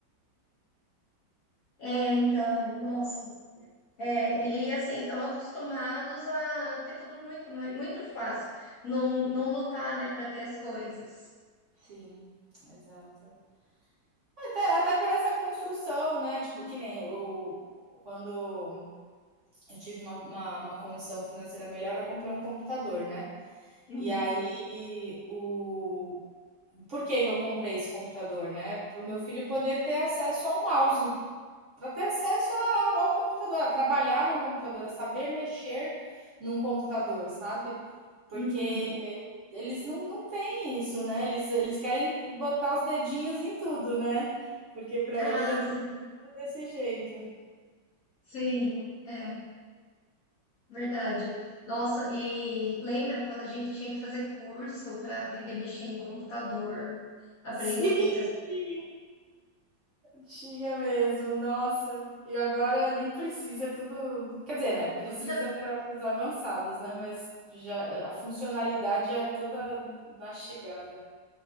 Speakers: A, on the left; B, on the right.
A: É, então, nossa. É, e assim, estão acostumados a ter tudo muito, mui- muito fácil. Não, não lutar, né, para ter as coisas.
B: Sim, exato. Até, até por essa construção, né? Tipo, que nem o, quando eu tive uma, uma, uma condição financeira melhor, eu comprei um computador, né?
A: Uhum.
B: E aí, o... por que que eu comprei esse computador, né? Para o meu filho poder ter acesso ao mouse, para ter acesso ao, ao computador, a trabalhar num computador, a saber mexer num computador, sabe? Porque
A: Uhum.
B: eles não, não têm isso, né? Eles, eles querem botar os dedinhos em tudo, né? Porque para
A: Ah,
B: eles é tudo,
A: sim,
B: tudo desse jeito.
A: sim, é verdade. Nossa, e lembra quando a gente tinha que fazer curso para aprender a mexer em computador, aprender.
B: <laughs> Sim, sim. Tinha mesmo, nossa. E agora nem precisa, é tudo. Quer dizer, né? Precisa
A: Eu já-
B: para os avançados, né? Mas já a funcionalidade já é toda mastigada.